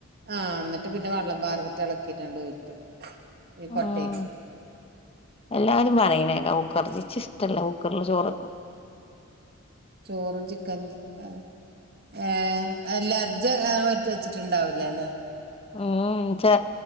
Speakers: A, on the right; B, on the left.
A: ആഹ എന്നിട്ട് പിന്നെ വെള്ളം പാർന്നിട്ട് ഇളക്കിയിട്ടുണ്ട് ഊറ്റും ഈ
B: ഉം
A: കൊട്ടിക്ക്.
B: എല്ലാരും പറയനേക്ക കുക്കർ ചച്ച ഇഷ്ടമല്ല കുക്കറില് ചോറ്.
A: ചോറ് ചിക്കൻ അ ഏ അ ലജ്ജ പറ്റി വെച്ചിട്ടുണ്ടാവൂല അല്ലേ?
B: ഉം പക്ഷെ